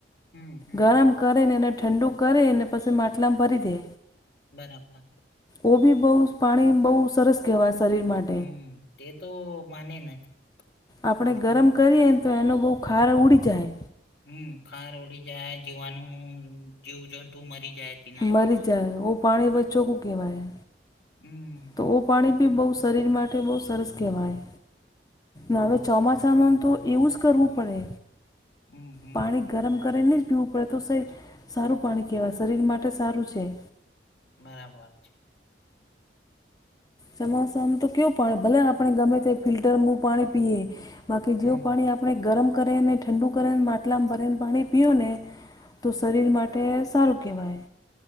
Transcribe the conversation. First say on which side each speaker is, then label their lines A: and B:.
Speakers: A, on the left; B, on the left.
A: હમ્મ-હમ્મ.
B: ગરમ કરી ને એને ઠંડુ કરી ને પછી માટલામાં ભરી દે.
A: બરાબર.
B: ઓ બી બહુ પાણી બહુ સરસ કહેવાય શરીર માટ
A: હમ્મ. તે તો માને નથી.
B: આપણે
A: બનતું
B: ગરમ કરીએ ને તો એનો બહુ ખાર ઉડી જાય.
A: હમ્મ. ખાર ઉડી જાય જીવાનું જીવજંતુ મરી જાય તેનામાં.
B: મરી જાય ઓ પાણી બ ચોખ્ખું કહેવાય
A: હમ્મ.
B: તો ઓ પાણી બી બહુ શરીર માટે બહુ સરસ કહેવાય. ને હવે ચોમાસામાંમાં તો એવું જ કરવું પડે.
A: હમ હમ.
B: પાણી ગરમ કરી ને જ પીવું પડે તો, સે સારું પાણી કહેવાય શરીર માટે સારું છે.
A: બરાબર છે.
B: ચોમાસામાં તો કેવું પાણી, ભલે આપણે ગમે તે ફિલ્ટરમનું, પાણી પીએ બાકી
A: હમ.
B: જેવું પાણી આપ પણે ગરમ કરીને ઠંડુ કરી ને માટલામાં ભરી ને પાણી પીયો ને તો શરીર માટે સારું કહેવાય.